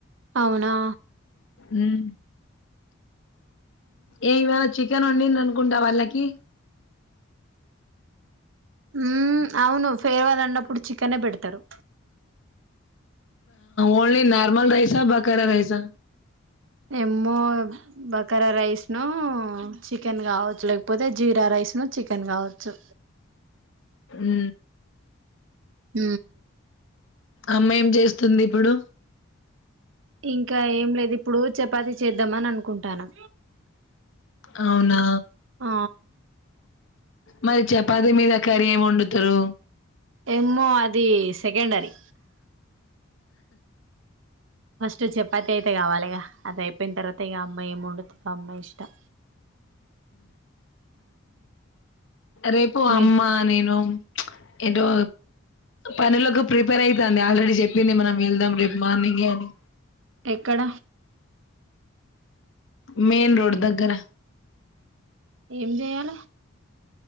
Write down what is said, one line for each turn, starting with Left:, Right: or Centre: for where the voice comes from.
Right: అవునా
Left: మ్మ్ ఏం కావలె చికెన్ వండిడ్రను గుండా వాళ్ళకి
Right: ఉ అవును ఫైర్వాల్ అన్నప్పుడు చికెనే పెడతారు
Left: ఓన్లీ నార్మల్ రైసా బకారా రైసా
Right: ఎమ్మో బకారా రైస్ న చ చికెన్ కావచ్చు లేకపోతే జీరా రైస్ ను చికెన్ కావచ్చు
Left: ఉ
Right: హ
Left: అమ్మా ఏం చేస్తుంది ఇప్పుడు
Right: ఇంకా ఏం లేదు ఇప్పుడు చపాతి చేద్దాంమ అని అనుకుంటాను
Left: అవునా
Right: ఆ
Left: మరి చపాతి మీద కర్రీ ఏమి వండుతరు
Right: ఎమో అది సెకండరి ఫస్ట్ చపాతి అయితే కావాలిక అది అయిపోయిన తర్వాత ఇక అమ్మాయి ఏం వండుతుందో అమ్మాయి ఇష్టం
Left: రేపు
Right: మీ
Left: అమ్మా నేను ఏంటో పనులకు ప్రిపేర్ అయితంంది ఆల్రెడీ చెప్పింది మనం వెళ్దాం రేపు మార్నింగే అని
Right: ఎక్కడ
Left: మెన్ రోడ్ దగ్గర
Right: ఎంజయాల